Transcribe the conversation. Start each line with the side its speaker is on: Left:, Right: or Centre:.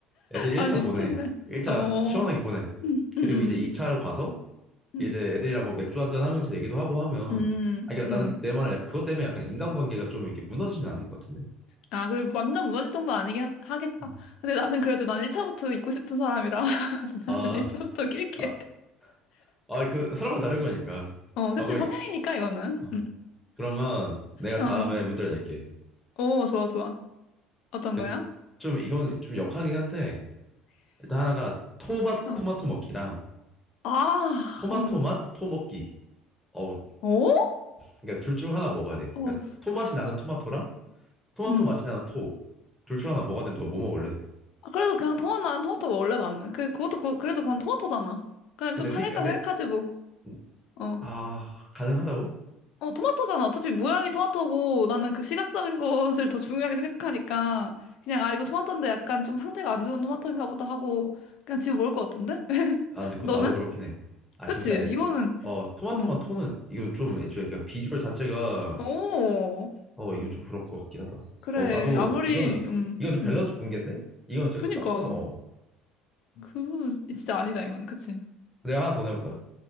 Centre: 애들 1차
Left: 아니,
Centre: 보내.
Left: 미쳤네.
Centre: 1차
Left: 어,
Centre: 시원하게
Left: 음,
Centre: 보내.
Left: 음,
Centre: 그리고
Left: 음,
Centre: 이제 2차로 가서
Left: 음,
Centre: 이제 애들이랑 뭐 맥주 한 잔 하면서 얘기도 하고 하면
Left: 음,
Centre: 아, 그러니까
Left: 음.
Centre: 나는
Left: 음.
Centre: 내 말은 그것 때문에 약간 인간관계가 좀 이렇게 무너지진 않는 것 같은데.
Left: 아, 그리고 완전 무너질 정도는 아니긴 하- 하겠다.
Centre: 어.
Left: 근데 나는 그래도 난 1차부터 있고 싶은 사람이라 <laughs>
Centre: 아,
Left: 나는 1차부터 낄게.
Centre: 아, 아, 그 사람마다 다른 거니까.
Left: 어,
Centre: 아,
Left: 그치,
Centre: 거의.
Left: 성향이니까, 이거는.
Centre: 어.
Left: 음.
Centre: 그러면 내가
Left: 어,
Centre: 다음에
Left: 어.
Centre: 문제를 낼게.
Left: 오, 좋아, 좋아. 어떤
Centre: 그,
Left: 거야?
Centre: 좀 이건 좀 역하긴 한데 일단 하나가 토마
Left: 어.
Centre: 토마토 먹기랑
Left: 아,
Centre: 토마토
Left: 어.
Centre: 맛 토먹기. 어, 어,
Left: 어?
Centre: 그러니까 둘 중 하나 먹어야 돼.
Left: 어,
Centre: 그러니까 토맛이 나는 토마토랑 토마토
Left: 음.
Centre: 맛이 나는 토. 둘 중 하나 먹어야 되면 너 뭐 먹을래?
Left: 아, 그래도 그냥 토마토, 나는 토마토 먹을래, 나는. 그, 그것도, 그, 그래도 그건 토마토잖아. 그냥
Centre: 근데
Left: 좀 상했다
Centre: 세, 근데
Left: 생각하지, 뭐.
Centre: 음,
Left: 어.
Centre: 아 가능하다고?
Left: 어, 토마토잖아. 어차피 모양이 토마토고, 나는 그 시각적인 것을 더 중요하게 생각하니까, 그냥, 아, 이거 토마토인데 약간 좀 상태가 안 좋은 토마토인가 보다 하고, 그냥 집에 먹을 것 같은데? <laughs>
Centre: 아, 근데 그건
Left: 너는?
Centre: 나도 그렇긴 해. 아,
Left: 그치,
Centre: 진짜 애,
Left: 이거는,
Centre: 어 토마토
Left: 응.
Centre: 맛 토는 이건 좀 애초에 그 비주얼 자체가
Left: 오,
Centre: 어, 이건 좀 부러울 것 같긴 하다.
Left: 그래.
Centre: 어, 나도
Left: 아무리,
Centre: 이거는
Left: 음.
Centre: 이건 좀 밸런스
Left: 음.
Centre: 붕괴인데? 이건 진짜
Left: 그니까
Centre: 딱 봐도 어.
Left: 그 진짜 아니다 이거는 그치?
Centre: 내가 하나 더 내볼까?